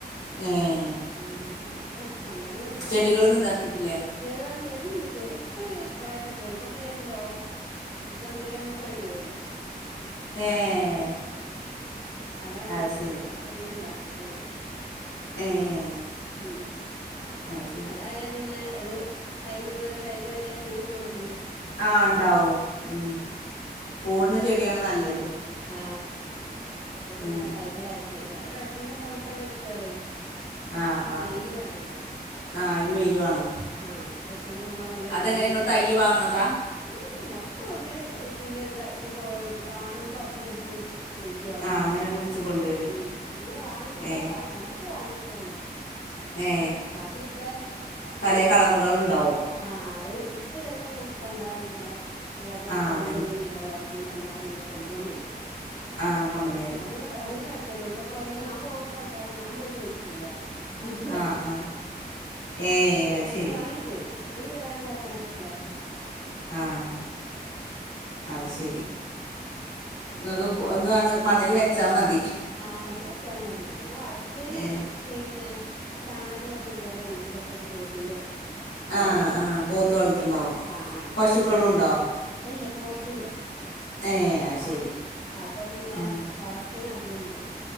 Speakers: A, on the left (about 85°); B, on the left (about 45°).
A: ഉം
B: ഉം അപ്പൊ അങ്ങനെങ്ങട്ട്
A: ചെടികളൊന്നും
B: അനൊക്കെ
A: ഉണ്ടാക്കിയിട്ടില്ലേ
B: ച ചെടിണ്ട് ചെടിപ്പൊ കൊറെൊക്കെ പോയി ഇപ്പൊക്കെ ഞൻകൻ ല്ലമ്മക്കടെ കേറി
A: ഏഹ്
B: അതാ ഇണ്ടാവ
A: അത് ശരി
B: ഇതപ്പൊ അധികം ഇണ്ടാക്കണത് ഞാാന്
A: ഏഹ്
B: ഉ
A: അത് ശരി
B: അതായാ പിന്നെ ഒരു ടൈം്ൂതര ടൈം് വരെ പൂട്ട് കൊടുക്കുന്നു
A: ആ ഉണ്ടാവും ഉം പൂടുന്ന ചെടിയാണ് നല്ലതും
B: ആ അപ്പൊ പിന്നെ
A: ഉം
B: അ്മല ആക്കി ടെറസിന്റെറെ മോൾ കണ്ട് വെച്ചല്ലേ
A: ആ ആ
B: വെയില് വേണല്ലോ
A: ആ അയിന് വെയില് വേണം
B: ആസിന്റെ മോളം നല്ല
A: അതെങ്ങനെ
B: വെയിലും ഉണ്ടോ
A: ഇങ്ങള് തയ്യ് വാങ്ങണതാ
B: ഉം ഒക്കെ വിടന പിന്നെ ഇത് കാണുമ്പോ അവിടുന്ന് കൊപ പോയി ചോയിിച്ചു വാങ്ങ
A: ആ
B: കൊണ്ടുവരും
A: അങ്ങനെ പിടിച്ച് കൊണ്ടുവരും
B: ഉം അങ്ങനെ വാങ്ങി ഇതരെ
A: ഏ
B: വാ ഒന്നിട്ടേ വാങ്ങിട്ടോളൂ
A: ഏ
B: ബാക്കിയൊക്കെ
A: പലേ കളറുകളുണ്ടാവും
B: ആ ആ എട്ട് രസം ക കണ്ടാ പിന്നെ അപ്പോളങ്ങനെ
A: ആ
B: പണിയഞ്ഞഞ്
A: അതന്നെ
B: വരുമ്പോഴോ അവടെേയും കണ്ടാ പിന്നെ കൊണ്ട വന്നില്ല
A: ആ കൊണ്ടന്നേരും
B: <unintelligible> അന്ന് അന്ന് പിന്നെ കൊഴ് പ്പ ഇല്ല എവ്ടെ പോയാലും ഇഞ്ഞ് ഞാ പോവുമ്പോ കണ്ടാലും ഞാ പോയി ചോയിക്കൂലാ അയ് ഞാ പർഞ്ഞേക്കും.
A: ആ ആ ഏ
B: ആ
A: അത്
B: ഒക്കെ
A: ശരി
B: വാങ്ങി തരും വാങ്ങി തരാനുംത്താക്കാനൊക്കെ ഉഷാറ.
A: ആഹ് അത് ശരി. ങ്ങക്ക് ഒന്നങ് മണ്ണിൽ വെച്ചാമതി.
B: ആ മണ്ണ് വച്ചമ്മതി പിന്നെ വളത്തിന്
A: ഏ
B: പിന്നെ- ചാണകം തൊക്കെ എന്റെറോടെണ്ട്ൻന്റെപ്പൊക്കെ പോത്തിന്റെ-
A: ആഹ്
B: താണ്
A: പോത്ത്
B: ആഹ് അപ്പൊ
A: വളർത്തുണ്ടാവും
B: ആഹ്
A: പശുക്കളും
B: ആഹ്-
A: ഉണ്ടോ
B: പോത്തിന്റെ
A: ഏഹ് അത്
B: ആഹ്
A: ശരി
B: അപ്പൊ പിന്നെ
A: ആഹ്
B: വളത്തിന്- അതുണ്ട്.